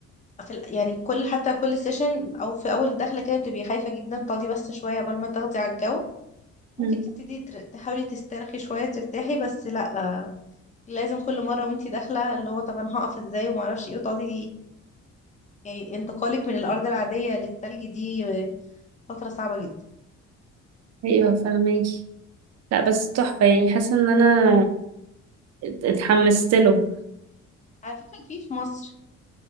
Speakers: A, on the left (about 25°); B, on the right (about 60°).
A: في ال- يعني كل حتى كل سيشن او في اول دخله كده بتبقي خايفه جدا تقعدي بس شويه قبل ما تاخدي على الجو ممكن
B: مم.
A: تبتدي تر- تحاولي تسترخي شويه ترتاحي بس لا لازم كل مرة وانتي داخلة اللي هو طب انا هقف ازاي وما اعرفش ايه وتقعدي يعني انتقالك من الارض العادية للتلج دي فترة صعبة جدا
B: أيوه فاهماكي لا بس تحفة يعني حاسة إن أنا اتحمست له
A: على فكرة في في مصر